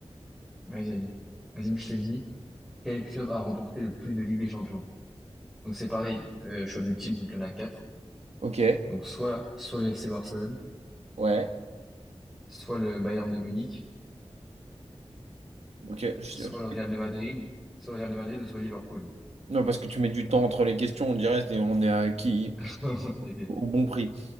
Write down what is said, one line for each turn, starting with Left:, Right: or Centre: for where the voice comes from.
Centre: vas-y, vas-y. Vas-y, moi, je te le dis. Quel club a remporté le plus de Ligue des Champions? Donc c'est pareil, euh, choix multiple, donc il y en a quatre.
Right: Ok.
Centre: Donc soit, soit le FC Barcelone,
Right: Ouais.
Centre: soit le Bayern de Munich,
Right: Ok. Je-
Centre: soit le Real de Madrid, soit le Real de Madrid ou soit Liverpool.
Right: Non, parce que tu mets du temps entre les questions, on dirait c'est- on est à qui
Centre: <laughs> Ok.
Right: au bon prix.